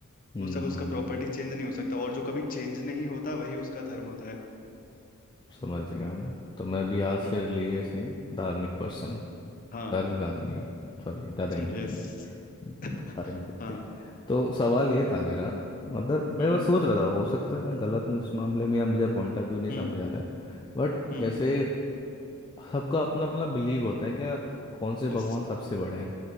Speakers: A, on the left; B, on the left.
A: हम्म
B: वो सब उसका प्रॉपर्टी चेंज नहीं हो सकता और जो कभी चेंज नहीं होता वही उसका धर्म होता है
A: समझ गया मैं तो मैं भी आज से
B: हम्म
A: रिलीजियस नहीं धार्मिक पर्सन हूँ
B: हाँ
A: धार्मिक आदमी हूँ सॉरी ज़्यादा
B: <laughs>
A: इंग्लिश
B: यस
A: नहीं हम्म,
B: <laughs>
A: धार्मिक व्यक्ति
B: हाँ
A: तो सवाल ये था मेरा मतलब मैं
B: हम्म
A: बस सोच रहा था हो सकता है मैं गलत हूँ इस मामले में या मुझे पॉइंट ऑफ व्यू नहीं
B: हम्म
A: समझ आ रहा है बट
B: हम्म
A: जैसे सबका अपना अपना बिलीव होता है क्या कौन से भगवान
B: यस
A: सबसे बड़े हैं